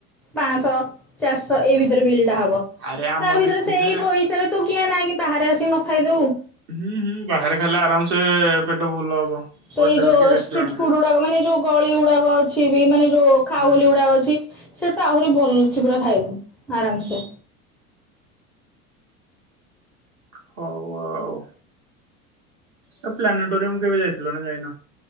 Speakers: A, in the centre; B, on the right.
A: ପାଆଁସ ଚାରିଶହ ଏଇ ଭିତରେ ବିଲ୍ ଟା ହବ। ତା
B: ଆରେ ଆମ
A: ଭିତରେ
B: ଦେଖୁ
A: ସେଇ
B: ଯେ
A: ପଇସାାରେ ତୁ କିଆଁ ନାଇଁ କି ବାହାରେ ଆସିକି ନ ଖାଇଦବୁ।
B: ହୁଁ ହୁଁ ବାହାରେ ଖାଇଲେ ଆରାମସେ ପେଟ ଫୁଲ ହବ।
A: ସେଇ
B: ହୋଟେଲ
A: ଯୋଉ
B: କି ରେଷ୍ଟୁରାଣ୍ଟରେ।
A: ଷ୍ଟ୍ରିଟ୍ ଫୁଡ ଗୁଡାକ ମାନେ ଯୋଉ ଗଳି ଗୁଡାକ ଅଛି ବି ମାନେ ଯୋଉ ଖାଓଗଲି
B: ହୁଁ
A: ଗୁଡାକ ଅଛି। ସେଠି ତ ଆହୁରି ଭଲସେ ପୁରା ଖାଇବୁ ଆରାମସେ।
B: ହଉ ଆଉ। ତ ପ୍ଲାନେଟୋରିୟମ କେବେ ଯାଇଥିଲ ନା ଯାଇନ?